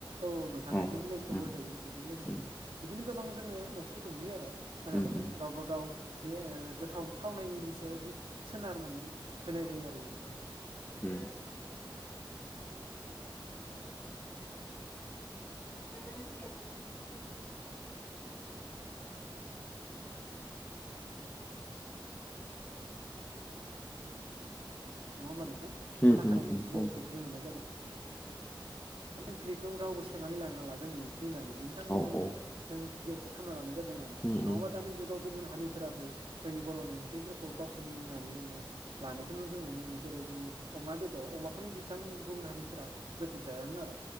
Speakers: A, on the right (about 85°); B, on the left (about 20°).
A: औ नोंथां
B: औ
A: हाइजें बिलाइखौ
B: उम
A: होजायो बेजों लोगोसे
B: उम
A: बिदि बिदिनो गोबां जोङो मानसिफोरखौ नुयो आरो होना
B: उम
A: जानाय
B: उम
A: गावबा गाव बे गोथाव थावनायनि सायाव सोनारनानै होनाय जायो आरो बेखौ
B: उ <unintelligible>
A: नङा होमबा नोंथां
B: उम
A: खनला खानानै
B: उम उम
A: जि आइ टेकबो मोननाय जादों ओंख्रिखौ रावबो सेनानै लाङा ला जोंनि ओंख्रि होननानै बेनि थाखायनो
B: औ औ
A: जोंनो
B: औ
A: जोङो जि आइ टेक खालामना लानाय जाय दों
B: उम
A: नङाबा
B: उम
A: दानि जुगाव गुबुन हारिफोराबो जोंनि बरनि ओंख्रिफोरखौ गावसोरनि होननानै जोङो लानायखौ जों नुनो मोनो जेरै जों अमा बेदर अमाखौनो बिथां गुबुन हारिफोरा गोदो जायामोन आरो